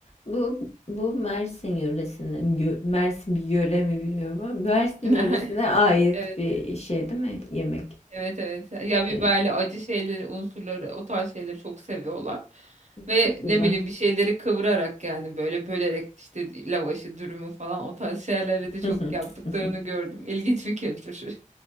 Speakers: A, on the left; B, on the right.
A: Bu bu Mersin yöresine, gö- Mersin bir yöre mi bilmiyorum ama Mersin
B: <laughs>
A: yöresine ait
B: Evet,
A: bir şey değil mi? Yemek.
B: evet, evet. Ya biberli
A: Ee,
B: acı şeyleri, unsurları, o tarz şeyleri çok seviyorlar. Ve
A: çok
B: ne
A: güzel.
B: bileyim bir şeyleri kıvırarak yani böyle bölerek işte lavaşı, dürümü falan o tarz şeyleri
A: <laughs>
B: de çok yaptıklarını gördüm. İlginç bir kültür.